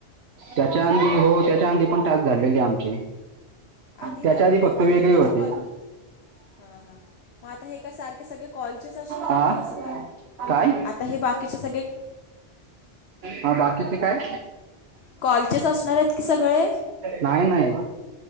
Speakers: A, on the right; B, on the left.
A: त्याच्या
B: अच्छा,
A: आधी हो त्याचा आधी तो पण टास्क, झालेले आमचे.
B: आधी
A: त्याच्या
B: नाही म्हणजे,
A: फक्त
B: त्या
A: वेगळे
B: हिंदीच्या
A: होते.
B: कॉलना हा - हा मग आता हे काय सारखे सगळे कॉल असणार आहेत
A: हा
B: की कसं काय?
A: काय
B: आता हे, बाकीचे सगळे
A: हा बाकीचे काय?
B: कॉलचेचं असणार आहेत की सगळे?
A: नाही - नाही